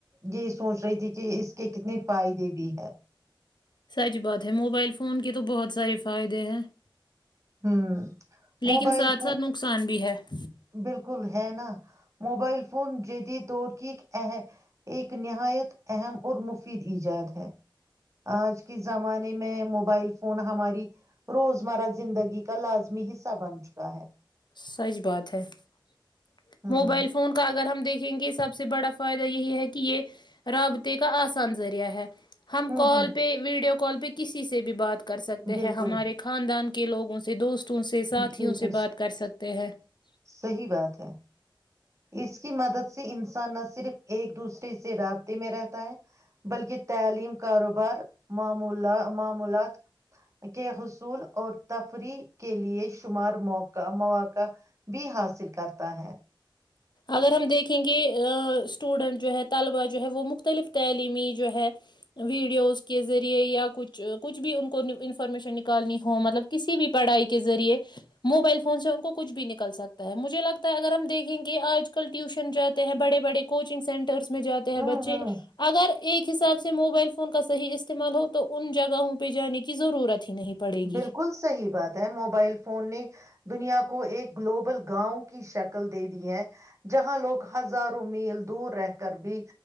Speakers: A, on the right (about 35°); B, on the left (about 60°).
A: یہ سوچ رہی تھی کہ اس کے کتنے فائدے بھی ہے <inaudible>
B: سچ بات ہے موبائل فون کے تو بہت سارے فائدے ہیں <inaudible>
A: ہ
B: لیکن
A: موبائل
B: ساتھ
A: فون
B: ساتھ نقصان بھی ہے <inaudible>
A: بالکل ہے نا موبائل فون جید دور کی ایک نہایت اہم اور مفید ایجاد ہے آج کے زمانے میں موبائل فون ہماری روزمرہ زندگی کا لازمی حصہ بن چکا ہے <inaudible>
B: سچ بات ہے <inaudible>
A: ہوں
B: موبائل فون کا اگر ہم دیکھ <inaudible> یں گے سب سے بڑا فائدہ یہی ہے کہ یہ رابطے کا آسان ذریعہ ہے <inaudible> ہم
A: ہوں
B: کال
A: ہوں
B: پے ویڈیو <inaudible> کال پہ کسی سے بھی بات <inaudible> کر سکتے
A: بالکل
B: ہیں ہمارے خاندان کے <inaudible> کے لوگوں سے دوست <inaudible> سے ساتھیوں
A: بالکل
B: سے بات کر سکتے ہیں <inaudible>
A: صحیح بات ہے اس کی مدد سے انسان نہ صرف ایک دوسرے سے رابطے میں رہتا ہے بلکہ تعلیم کاروبار مع معمولات کے حصول اور تفریح <inaudible> کے لیے شمار موقع مواقع بھی حاصل کرتا ہے <inaudible>
B: اگر ہم دیکھیں گے اسٹوڈینٹ جو ہے طلبا جو ہے وہ مختلف تعلیمی جو ہے ویڈیوز کے ذریعے یا کچھ کچھ بھی ان کو انفارمیشن نکالنی ہو مطلب کسی بھی پڑھائی کے ذریعے موبائل فون سے ان کو کچھ بھی نکل سکتا ہے مجھے لگتا ہے اگر ہم دیکھ <inaudible> کہ آج کل ٹیوشن جاتے ہیں بڑے بڑے کوچ چنگ سینٹرس میں جاتے ہیں
A: ہوں
B: بچے
A: ہوں
B: اگر ایک حساب سے موبائل فون کا صحیح استعمال ہو تو ان جگہوں پہ جانے کی ضرورت ہی نہیں پڑے گی
A: بالکل صحیح بات ہے موبائل فون نے دنیا کو ایک گلوبل گاؤں کی شکل دے دی ہے جہاں لوگ ہزاروں میل دور رہ کر بھی